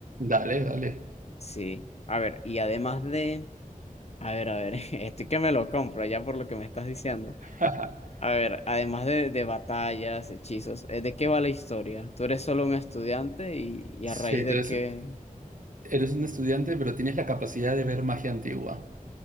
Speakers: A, on the right; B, on the left.
A: Dale, dale.
B: Sí. A ver, y además de. A ver, a ver. <laughs> Estoy que me lo compro ya por lo que me estás diciendo.
A: <laughs>
B: A ver, además de, de batallas, hechizos, eh, ¿de qué va la historia? ¿Tú eres solo un estudiante y, y
A: Sí,
B: a raíz
A: entonces
B: de qué?
A: eres un estudiante, pero tienes la capacidad de ver magia antigua.